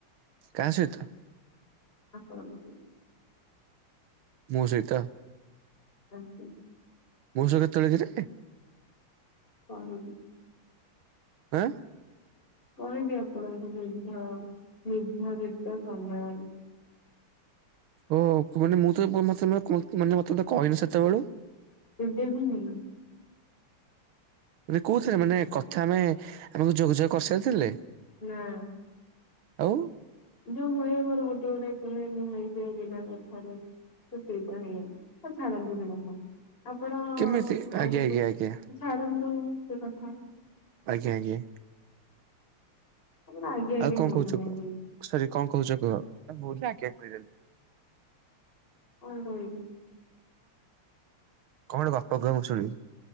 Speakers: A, on the right (about 70°); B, on the left (about 25°).
A: କା ସଇତ?
B: ଆପଣଙ୍କୁ
A: ମୋ ସହିତ।
B: ଆଉ କଣ।
A: <unintelligible> କିରେ
B: କହିବି।
A: ହଁ।
B: କହିବି ଆପଣଙ୍କୁ ନିର୍ଧ ନିର୍ଧାରିତା ସମୟରେ।
A: ଓ ମାନେ ମୁଁ <unintelligible> କହିଲି ସେତେବେଳେ।
B: କେବେ ବି ନାଇଁ।
A: ମାନେ କହୁଥିଲେ ମାନେ କଥା ହେବାପାଇଁ ଆମକୁ ଯୋଗାଯୋଗ କରିସାରିଥିଲେ?
B: ନାଁ
A: ଆଁ।
B: ଯୋଉଁ ହୁଏ ମୋର ଗୋଟେ ଗୋଟେ କୁହେ ଯୋଉଁ ବିନା କଥାରେ। ତ ସେଇଟା ହେଇଗଲା ତ ଛାଡନ୍ତୁ ସେକଥା ଆପଣ ଆ
A: କେମିତି ଆଜ୍ଞା ଆଜ୍ଞା ଆଜ୍ଞା
B: ଛାଡନ୍ତୁ ସେ କଥା।
A: ଆଜ୍ଞା ଆଜ୍ଞା।
B: ଆପଣ ଆଜ୍ଞା ଆଜ୍ଞା
A: ଆଉ କଣ
B: କୁହନ୍ତୁ
A: କହୁଛ
B: ଯାଇକି
A: କୁହ ସରି କଣ କହୁଛ କୁହ। <unintelligible>
B: ହଁ ହଁ ହଁ
A: କଣ ଗପ କହିବ ମୁଁ ଶୁଣିବି?